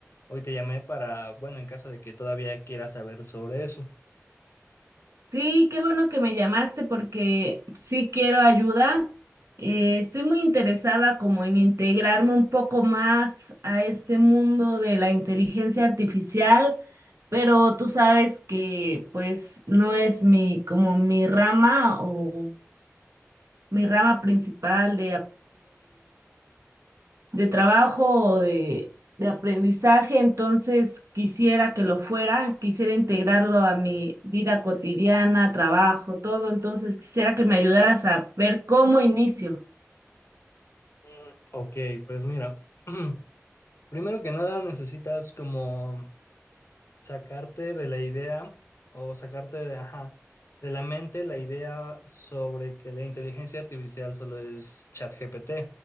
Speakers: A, on the left; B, on the right.
A: hoy te llamé para, bueno, en caso de que todavía quieras saber sobre eso.
B: Sí, qué bueno que me llamaste porque sí quiero ayuda. Eh, estoy muy interesada como en integrarme un poco más a este mundo de la inteligencia artificial, pero tú sabes que pues no es mi como mi rama o mi rama principal de, de trabajo o de, de aprendizaje, entonces quisiera que lo fuera, quisiera integrarlo a mi vida cotidiana, trabajo, todo, entonces quisiera que me ayudaras a ver cómo inicio.
A: Mm, ok, pues mira, <clears throat> primero que nada necesitas como sacarte de la idea o sacarte de, ajá, de la mente la idea sobre que la inteligencia artificial solo es ChatGPT,